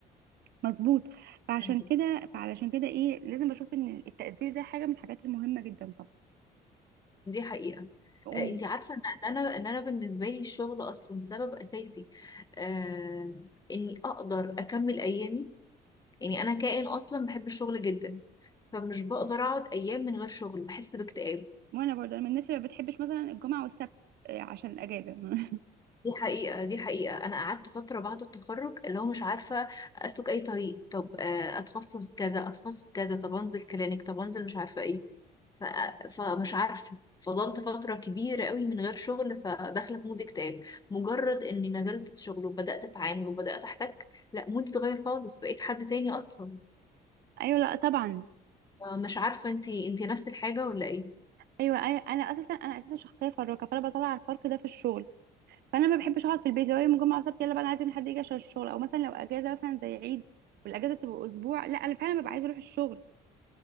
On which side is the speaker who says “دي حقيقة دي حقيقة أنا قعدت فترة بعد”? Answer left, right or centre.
Left